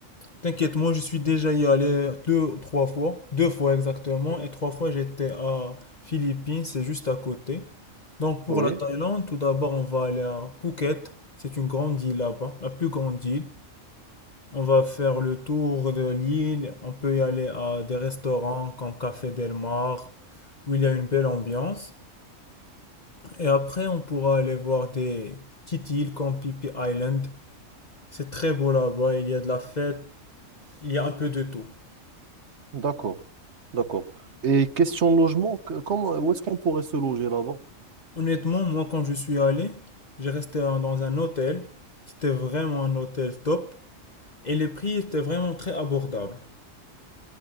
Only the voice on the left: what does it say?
T'inquiète, moi je suis déjà y allé deux, trois fois, deux fois exactement, et trois fois j'étais à Philippines, c'est juste à côté. Donc pour
la Thaïlande, tout d'abord on va aller à Phuket, c'est une grande île là-bas, la plus grande île. On va faire le tour de l'île, on peut y aller à des restaurants comme Café Del Mar, où il y a une belle ambiance. Et après on pourra aller voir des petites îles comme Phi Phi Island, c'est très beau là-bas, il y a de la fête, il y a un peu de tout.
Honnêtement, moi, quand je suis allé, j'ai resté dans un hôtel. C'était vraiment un hôtel top. Et les prix étaient vraiment très abordables.